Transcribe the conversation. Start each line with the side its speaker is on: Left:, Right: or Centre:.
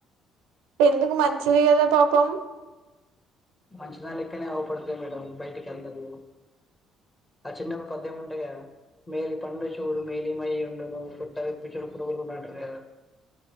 Right: ఎందుకు మంచిది కదా పాపం
Left: మంచిదని లెక్కనే ఆవుపడతది మేడం బయటికి అందరూ ఆ చిన్నప్పుడు పద్యం ఉంటాయి కదా మేలి పండు చూడు మేలి మైయ ఉండును పొట్ట విపి ఇచడు పురుగులు ఉన్నాయి అంటారు కదా